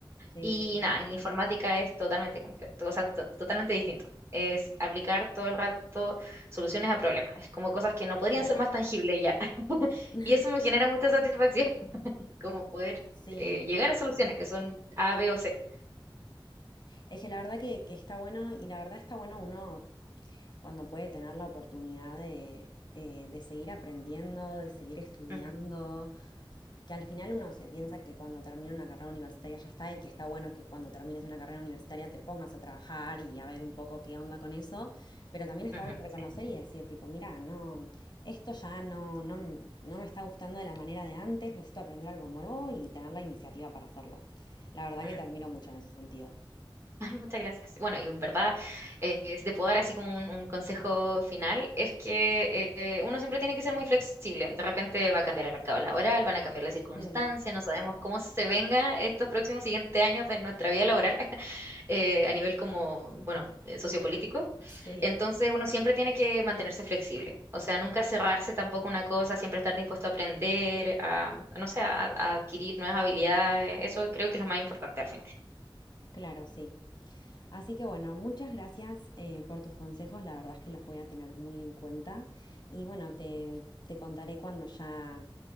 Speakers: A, on the left; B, on the right.
A: sí,
B: Y
A: sí, sí,
B: nada, en informática es totalmente completo, o sea, to- totalmente distinto. Es aplicar todo el rato soluciones a problemas. Es como cosas que no podrían
A: claro.
B: ser más tangibles ya. <laughs>
A: <laughs>
B: Y eso me genera mucha satisfacción, <laughs> como poder
A: Sí,
B: eh, llegar a soluciones que son A, B o C.
A: es que la verdad que, que está bueno y la verdad está bueno uno cuando puede tener la oportunidad de, eh, de seguir aprendiendo, de seguir estudiando,
B: Ujú,
A: que al final uno se piensa que cuando termina una carrera universitaria ya está y que está bueno que cuando termines una carrera universitaria te pongas a trabajar y a ver un poco qué onda con eso, pero también está
B: ujú,
A: bueno reconocer
B: sí,
A: y decir tipo, mira, no, esto ya no, no, no me está gustando de la manera de antes, necesito aprender algo nuevo y tener la iniciativa para hacerlo. La verdad
B: ujú.
A: que te admiro mucho en ese sentido. <laughs>
B: <laughs> Ay, muchas gracias. Bueno, y en verdad, eh, si te puedo dar así como un, un consejo final, es que eh, uno siempre tiene que ser muy flexible. De repente va a cambiar el mercado laboral, van a cambiar las circunstancias,
A: Mm,
B: no sabemos cómo se venga estos próximos siguientes años de nuestra vida laboral <laughs> eh, a nivel como, bueno, eh, sociopolítico.
A: sí.
B: Entonces, uno siempre tiene que mantenerse flexible. O sea, nunca cerrarse tampoco una cosa, siempre estar dispuesto a aprender, a, no sé, a a adquirir nuevas habilidades. Eso creo que es lo más importante al final.
A: Claro, sí. Así que bueno, muchas gracias eh, por tus consejos, la verdad es que los voy a tener muy en cuenta y bueno, te, te contaré cuando ya